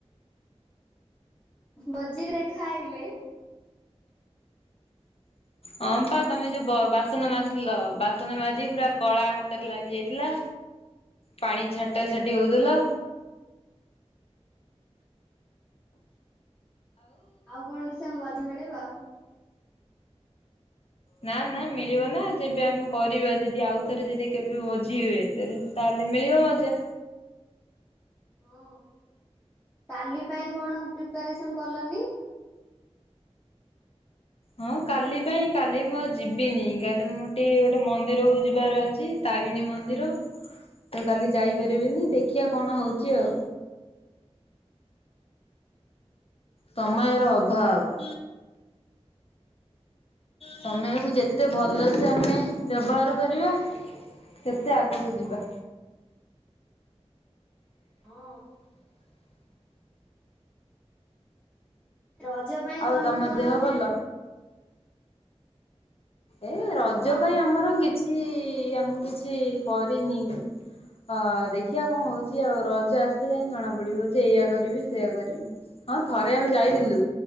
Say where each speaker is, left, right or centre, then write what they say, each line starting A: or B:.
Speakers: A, on the left; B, on the left.
A: ଭଜିରରେ ଖାଇଲେ।
B: ହଁ ପା ତମେ ଯୋଉ ବାସନ ମାଜିଥିଲ ବାସନ ମାଜି ପୁରା କଳା ହାତରେ ଲାଗି ଯାଇଥିଲା ପାଣି ଛାଟ ଛାଟି ହଉଥିଲ।
A: ଆଉ କଣ ସେ ମତ ମିଳିବ
B: ନା ନା ମିଳିବ ନା ଯେବେ ଆମେ କରିବା ଯଦି ଆଉ ଥରେ ଯଦି କେବେ ଭୋଜି ହୁଏ ତାହେଲେ ମିଳିବ ମଜା।
A: ହଁ କାଲି ପାଇଁ କଣ ପ୍ରିପାରେସନ କଲନି
B: ହଁ କାଲି ପାଇଁ କାଲି ମୁଁ ଆ ଯିବିନି କାଲି ମୁଁ ଟିକେ ଗୋଟେ ମନ୍ଦିର କ ଯିବାର ଅଛି ତାରିଣୀ ମନ୍ଦିର ତ କାଲି ଯାଇପାରିବିନି ଦେଖିବା କଣ ହଉଛି ଆଉ ସମୟର ଅଭାବ ତମେକୁ ଯେତେ ଭଲସ ଆମେ ବ୍ୟବହାର କରିବା ସେତେ ଆଗକୁ ଯିବା।
A: ହଁ। ରଜ ପାଇଁ
B: ଆଉ
A: କଣ
B: ତମ
A: ମ କଣ
B: ଦେହ ଭଲ? ଏ ରଜ
A: ହଁ
B: ପାଇଁ ଆମର ଗୀତ କିଛି ଆମକୁ କିଛି କରିନି ଅ ଦେଖିବା କଣ ହଉଛି ଆଉ ରଜ ଆସିଲେ ଯାଇି ଜଣା ପଡିବ ଯେ ଏଇୟଆ କରିବି ସେୟଆ କରିବି ହଁ ଥରେ ଆମେ ଯାଇଥିଲୁ